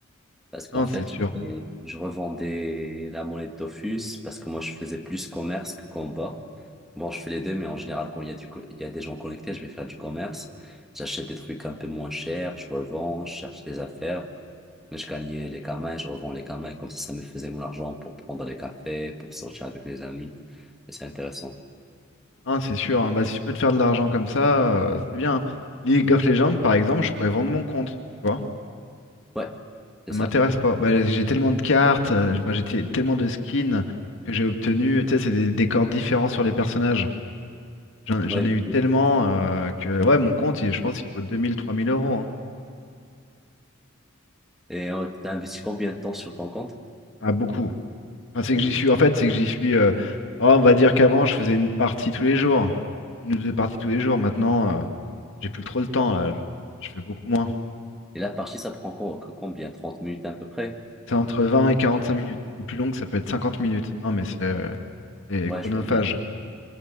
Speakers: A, in the centre; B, on the left.
A: Parce qu'en
B: Non,
A: fait,
B: c'est sûr.
A: j'avais- je revendais la monnaie de Dofus parce que moi, je faisais plus commerce que combat. Bon, je fais les deux, mais en général, quand il y a du, co- il y a des gens connectés, je vais faire du commerce. J'achète des trucs un peu moins chers, je revends, je cherche des affaires. Mais je gagnais les kamas et je revends les kamas. Et comme ça, ça me faisait mon argent pour prendre des cafés, pour sortir avec les amis. Et c'est intéressant.
B: Hein, c'est sûr, hein. Bah, si je peux te faire de l'argent comme ça, euh, c'est bien. hein. League of Legends, par exemple, je pourrais vendre mon compte, tu vois.
A: Ouais, c'est
B: Ça
A: ça.
B: m'intéresse pas. Bah, j'ai tellement de cartes, euh, enfin, j'ai t- tellement de skins que j'ai obtenus. Tu sais, c'est des décors différents sur les personnages. J'en j'en
A: Ouais. exactement.
B: ai eu tellement euh, que, ouais, mon compte, il- je pense qu'il vaut deux mille trois mille euros. hein.
A: Et euh, t'as investi combien de temps sur ton compte?
B: Ah, beaucoup. Enfin, c'est
A: Mm.
B: que j'y suis, en fait, c'est que j'y suis. euh, oh, on va dire qu'avant, je faisais une partie tous les jours. Une ou deux parties tous les jours. Maintenant, euh, j'ai plus trop le temps, là. Je, je fais beaucoup moins.
A: Et la partie, ça prend co- combien? trente minutes à peu près?
B: C'est entre 20 et 45 minutes. Les plus longues, ça peut être 50 minutes. Non, mais c'est euh, c'est
A: Ouais,
B: chronophage.
A: je vois bien.